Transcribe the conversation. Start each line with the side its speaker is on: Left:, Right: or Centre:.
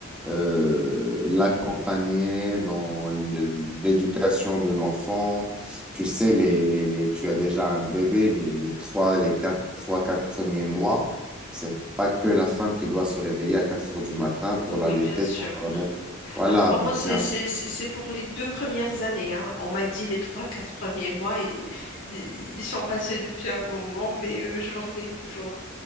Centre: euh, l'accompagner dans l- l'éducation de l'enfant. Tu sais, les, les, les- tu as déjà un bébé, les, les trois, les quatre, trois, quatre premiers mois. C'est pas que la femme qui doit se réveiller à 4 heures du matin pour
Left: oui,
Centre: l'allaiter,
Left: bien sûr.
Centre: pour le remettre voilà,
Left: Ah, crois-moi,
Centre: donc
Left: c'est
Centre: c'est un...
Left: c'est- c'est- c'est pour les deux premières années. hein. On m'a dit les trois, quatre premiers mois, ils, ils- ils sont passés depuis un moment, mais euh, je me réveille toujours.